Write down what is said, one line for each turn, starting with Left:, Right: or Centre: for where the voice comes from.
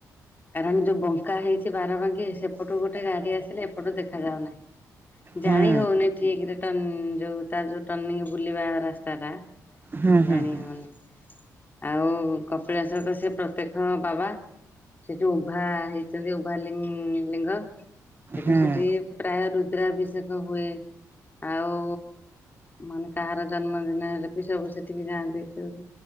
Left: କାରଣ ଯୋଉ ବଙ୍କା ହେଇଛି। ବାରବାଙ୍କି ସେପଟୁ ଗୋଟେ ଗାଡି ଆସିଲେ ଏପଟୁ ଦେଖାାଯାଉ ନାହିଁ ଜାଣି
Right: ହୁଁ
Left: ହଉନି ଠିକ୍ ରେ। ଯୋଉ ତା ଯୋଉ ଟର୍ନିଂ ବୁଲିବା ରାସ୍ତା ଟା
Right: ହୁଁ ହୁଁ
Left: ଜାଣି
Right: ହୁଁ
Left: ହଉନି। ଆଉ କପିଳାସ ତ ସେ ପ୍ରତ୍ୟେକ ବାବା। ସେଠୁ ଉଭା ହେଇଚନ୍ତି ଉଭା ଲି ଲିଙ୍ଗ ସେଠୁ
Right: ହୁଁ।
Left: ସେଠି ପ୍ରାୟ ରୁଦ୍ରାଭିଷେକ ହୁଏ ଆଉ ମାନେ କାହାର ଜନ୍ମଦିନ ହେଲେ ବି ସବୁ ସେଠିକି ଯାଆନ୍ତି ଏସବୁ।